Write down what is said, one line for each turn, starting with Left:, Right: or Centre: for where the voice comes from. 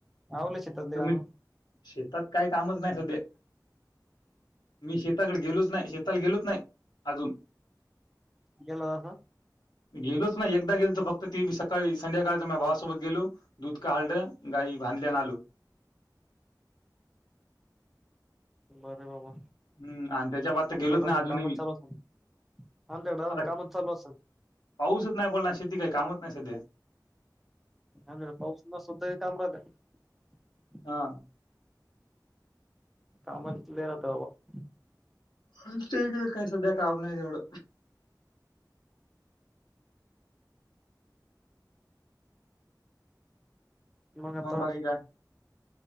Centre: आवरली शेतातली
Left: तुम्ही
Centre: काम?
Left: शेतात काही कामच नाही सध्या. मी शेताकडे गेलोच नाही शेताला गेलोच नाही अजून
Centre: <unintelligible>
Left: गेलोच नाही एकदा गेल फक्त ते बी सकाळी संध्याकाळचा म भावासोबत गेलो दूध का काढलं गाई बांधल्यान आलो
Centre: बरे बाबा
Left: हम्म आणि त्याच्या बाद तर
Centre: आमच्या
Left: गेलोच नाही
Centre: एढ
Left: अजूनही
Centre: कामच
Left: मी.
Centre: चालू <unintelligible> आमच्याकड अजून
Left: आता
Centre: काम चालू असेल.
Left: पाऊसच नाही पडना शेती काही कामच नाय सध्या.
Centre: आमच्या कडे पाऊस नसला तरी काम करत्यात
Left: हा.
Centre: कामच लय राहतात बाबा
Left: आमच्या कडे सध्या काम नाही तेवढं.
Centre: मंग आता
Left: मग बाकी काय?